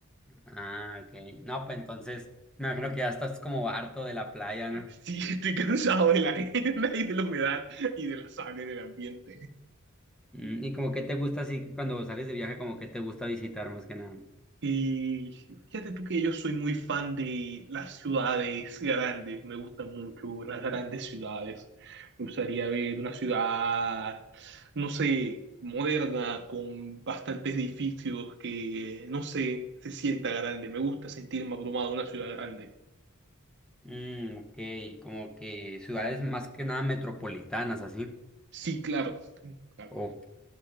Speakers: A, in the centre; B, on the right.
A: Ah, ok. No, pues entonces me imagino que ya estás como harto de la playa, ¿no?
B: Sí, estoy cansado de la arena y de la humedad y de la sal en el ambiente.
A: Mm, y como que te gusta así cuando sales de viaje, como que te gusta visitar más que nada.
B: Y fíjate tú que yo soy muy fan de las ciudades grandes, me gustan mucho las grandes ciudades. Me gustaría ver una ciudad, no sé, moderna, con bastantes edificios que, no sé, se sienta grande. Me gusta sentirme abrumado en una ciudad grande.
A: Mm, ok, como que ciudades más que nada metropolitanas, así.
B: Sí, claro. sí, claro.
A: Ok,